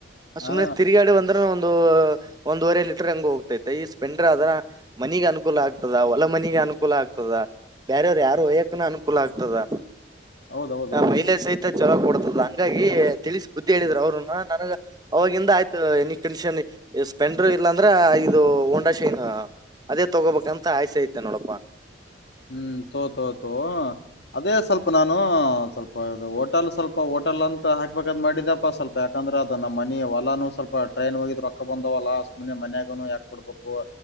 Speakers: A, on the left; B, on the right.
A: ಹಾ
B: ಸುಮ್ನೆ ತಿರ್ಗಾಡಿ ಬಂದ್ರು ಒಂದ್ ಒಂದೂವರೆ ಲೀಟರ್ ಹಂಗ ಹೋಗ್ತತೆ ಈ ಸ್ಪೆಂಡರ್ ಅದ ಮನೀಗ್ ಅನುಕೂಲ ಆಗ್ತದ ಹೊಲ ಮನಿಗೆ ಅನುಕೂ ಕೂಲ ಆಗ್ತದ ಬೇರೆಯವ್ರು ಯಾರು ಹಯ್ಯಕುನ ಅನುಕೂಲ ಆಗ್ತದ
A: ಹೌದೌದೌದು
B: ಮಹಿಲೆ ಸಹಿತ ಚಲೋ ಕೊಡತದ ಹಂಗಾಗಿ ತಿಳಿಸಿ್ ಬುದ್ಧಿ ಹೇಳಿದ್ರರು ಅವ್ರನ್ನ ನನಗ ಅವಾಗಿಂದ ಆಯ್ತು ನಿನ್ ಟೆಂಕ್ಷನ್ ಸ್ಪೆಂಡರ್ ಇಲ್ಲಾ ಅಂದ್ರ ಇದು ಹೊಂಡಾ ಶೈನ್ ಅದೇ ತಗೋಬೇಕಂತ ಆಸೆ ಐತೆ ನೋಡಪ್ಪಾ
A: ಹ್ಮ್ ತೋಗೊ ತೋಗೊ ತೋಗೋ ಅದೇ ಸ್ವಲ್ಪ ನಾನು ಸ್ವಲ್ಪ ಓ ಹೋಟೆಲ್ ಸ್ವಲ್ಪ ಹೊಟಲ್ ಅಂತ ಹಾಕ್ಬೇಕಾದ್ ಮಾಡಿದಪ್ಪ ಸ್ವಲ್ಪ ಯಾಕಂದ್ರೆ ಅದು ನಮ್ಮ ಮನಿ ಒಲಾನು ಸ್ವಲ್ಪ ಟ್ರೈನ್ ಹೋಗಿದ್ರ ರೊಕ್ಕ ರೊಕ್ಕ ಬಂದವಲ್ಲಾ ಸುಮ್ಮನೆ ಮನ್ಯಾಗುನು ಯಾಕ್ ಕೊಡ್ಬಕು